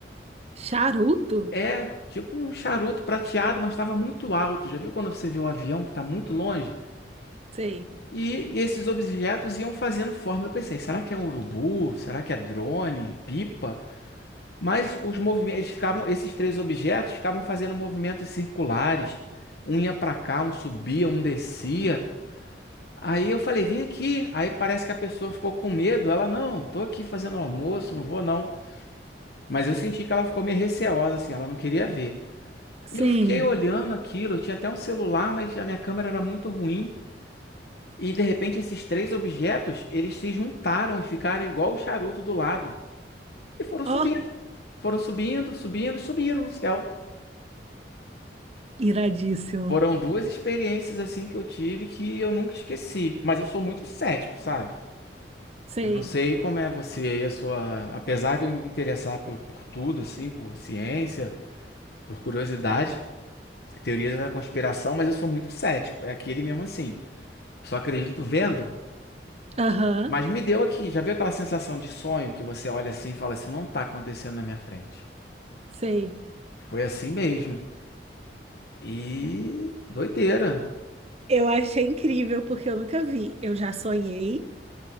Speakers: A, on the right; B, on the left.
A: Charuto?
B: É, tipo um charuto prateado, mas estava muito alto. Já viu quando você vê o avião que tá muito longe?
A: Sei.
B: E, e esses objetos iam fazendo forma. Eu pensei, será que é um urubu? Será que é drone? Pipa? Mas os movimentos eles ficavam, esses três objetos ficavam fazendo movimentos circulares. Um ia para cá, um subia, um descia. Aí eu falei, vem aqui. Aí parece que a pessoa ficou com medo. Ela, não, tô aqui fazendo almoço, não vou não. Mas eu senti que ela ficou meio receosa, assim, ela não queria ver.
A: Sim.
B: E eu fiquei olhando aquilo. Eu tinha até um celular, mas a minha câmera era muito ruim. E de repente esses três objetos, eles se juntaram e ficaram igual o charuto do lado. E foram
A: Ó,
B: subindo. Foram subindo, subindo, subiram no céu.
A: iradíssimo.
B: Foram duas experiências assim que eu tive que eu nunca esqueci. Mas eu sou muito cético, sabe?
A: Sei.
B: Eu não sei como é você aí, a sua. Apesar de eu me interessar por, por tudo, assim, por ciência, por curiosidade, teorias da conspiração, mas eu sou muito cético. É aquele mesmo assim. Só acredito vendo.
A: Aham,
B: Mas me deu aqui, já viu aquela sensação de sonho que você olha assim e fala, isso não tá acontecendo na minha frente.
A: sei.
B: Foi assim mesmo. E doideira.
A: Eu achei incrível porque eu nunca vi. Eu já sonhei,